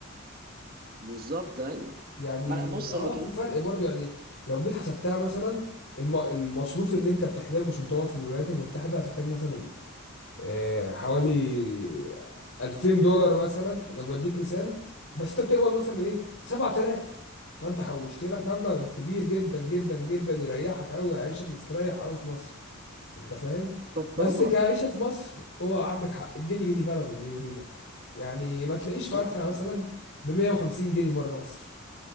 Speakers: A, on the right (about 40°); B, on the left (about 60°).
A: بالظبط، ايوه
B: يعني
A: ما انا بص
B: اه
A: انا ما كانش
B: في فرق برضو يعني لو جيت حسبتها مثلا الم... المصروف اللي انت بتحتاجه عشان تقعد في الولايات المتحدة هتحتاج مثلا آه حوالي 2000 دولار مثلا انا بديك مثال بس انت بتقبض مثلا ايه 7000 فانت حوشت لك مبلغ كبير جدا جدا جدا يريحك قوي يعيشك مستريح قوي في مصر انت فاهم
A: طب
B: بس
A: طالما
B: كعيشة في مصر هو عندك حق الجنيه جنيه بلده بيني وبينك يعني ما تلاقيش فرخة
A: أنا-
B: مثلا ب 150 جنيه بره مصر